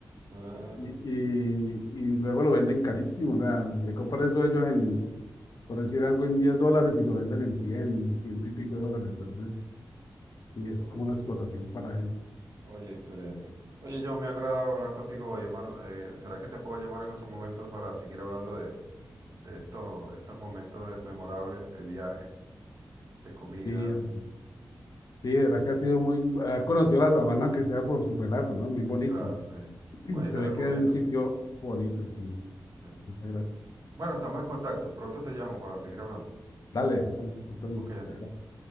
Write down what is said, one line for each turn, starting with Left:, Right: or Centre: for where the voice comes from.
Right: Ah,
Left: y, y- y luego lo venden carísimo, o sea, le compran eso a ellos en, por decir algo, en 10 dólares y lo venden en 100 ciento y pico de dólares, entonces, sí es
Right: oye,
Left: como una explotación para ellos.
Right: oye, excelente. Oye, John, me ha agradado hablar contigo hoy, hermano. Eh, ¿será que te puedo llamar en otro momento para seguir hablando de, de estos, estos momentos de- memorables de viajes, de comida,
Left: Sí, am- sí, de verdad que ha sido muy, haber conocido la sabana, que sea por su relato, ¿no? Muy bonito.
Right: claro, sí. Oye,
Left: Se
Right: te
Left: ve
Right: recomiendo.
Left: que es un sitio bonito, sí.
Right: Sí.
Left: Muchas gracias.
Right: Bueno, estamos en contacto. Pronto te llamo para seguir hablando.
Left: Dale, Antonio.
Right: Ok,
Left: Muchas
Right: amigo.
Left: gracias.